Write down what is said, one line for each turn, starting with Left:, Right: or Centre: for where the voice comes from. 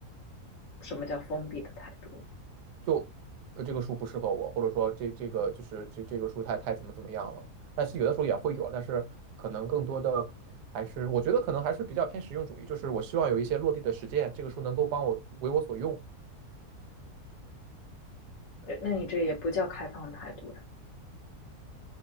Left: 什么叫封闭的态度？
Right: 就呃，这个书不适合我，或者说这这个就是这这个书太太怎么怎么样了。但是有的时候也会有，但是可能更多的还是我觉得可能还是比较偏实用主义，就是我希望有一些落地的实践，这个书能够帮我为我所用。
Left: 呃那你这也不叫开放态度呀。